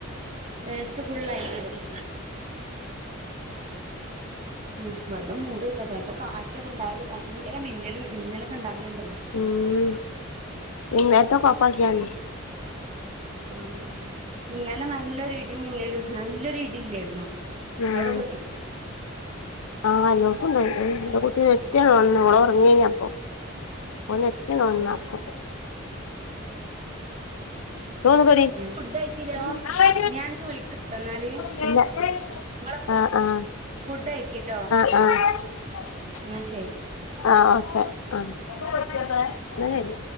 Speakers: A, on the right (about 30°); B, on the left (about 80°).
A: വേസ്റ്റ് ഫുള്ള് ആയികിടും. ഉം വെറുതെ മൂടി വയ്ക്കാ ചെലപ്പോ കാറ്റൊക്കെ ഉണ്ടായാല് ഭയങ്കര മിന്നലും, ഇടിമിന്നലൊക്കെ ഉണ്ടാവലുണ്ടല്ലോ.
B: ഉം ഇൻവെർട്ടർ ഓഫ് ആക്കി കാണി.
A: ആഹ് ഇന്നലെ നല്ലൊരു ഇടി മിന്നലും നല്ലൊരു ഇടി ഇല്ലായിരുന്നോ?
B: ആഹ്.
A: അവിടെ പൊട്ടി
B: ആഹ് എല്ലാടത്തുണ്ടായിനി എന്റെ കുട്ടി ഞെട്ടിയങ്ങുയുണന്നു അവള് ഉറങ്ങാരുന്നു അപ്പൊ. ഓള് ഞെട്ടിയങ്ങുയുണന്നു അപ്പോ. റൂമി പോടീ ആഹ്
A: ഫുഡ് കഴിച്ചില്ലോ
B: വര്യായാണ്
A: ഞാൻ അനക്ക് വിളിക്കട്ടോ എന്നാല്
B: വര്യാ. <unintelligible>
A: നിങ്ങള്
B: ആഹ് ആഹ്.
A: ഫുഡ് അയക്കിട്ടോ.
B: ആഹ്. ആഹ്
A: എന്നാ ശരി.
B: ആഹ് ഓക്കെ ആഹ് എന്നാ ശരി.